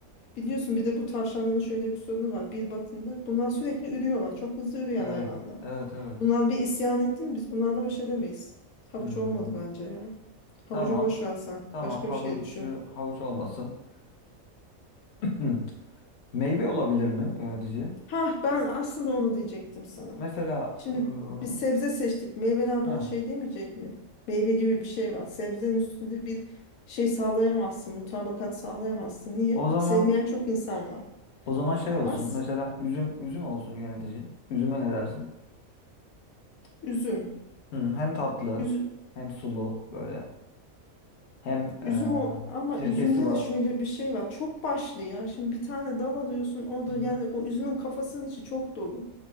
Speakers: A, on the left; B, on the left.
A: Biliyorsun bir de bu tavşanların şöyle bir sorunu var. Bir batında bunlar sürekli ürüyorlar. Çok hızlı üreyen
B: Evet.
A: hayvanlar.
B: Evet evet.
A: Bunlar bir isyan etti mi biz bunlarla baş edemeyiz. Havuç
B: Hmm.
A: olmadı bence ya. Havucu
B: Tamam.
A: boş versen.
B: Tamam
A: Başka
B: havucu
A: bir şey düşün.
B: havuç olmasın. Im, <coughs> Meyve olabilir mi yönetici?
A: Ha ben aslında onu diyecektim sana.
B: Mesela
A: Şimdi
B: ıı,
A: biz sebze seçtik. Meyveler
B: ha,
A: buna şey demeyecek mi? Meyve gibi bir şey var. Sebzenin üstünde bir şey sağlayamazsın. Mutabakat sağlayamazsın. Niye?
B: o zaman
A: Sevmeyen çok insan var.
B: o zaman şey
A: Ama
B: olsun.
A: s-
B: Mesela üzüm üzüm olsun yönetici. Üzüme ne dersin?
A: üzüm.
B: Hı, hem tatlı
A: Üzü-
B: hem sulu böyle. Hem
A: üzüm
B: e,
A: o ama
B: sirkesi
A: üzümde
B: var.
A: de şöyle bir şey var. Çok başlı ya. Şimdi bir tane dal alıyorsun. O da
B: Hı hı.
A: yani o üzümün kafasının içi çok dolu.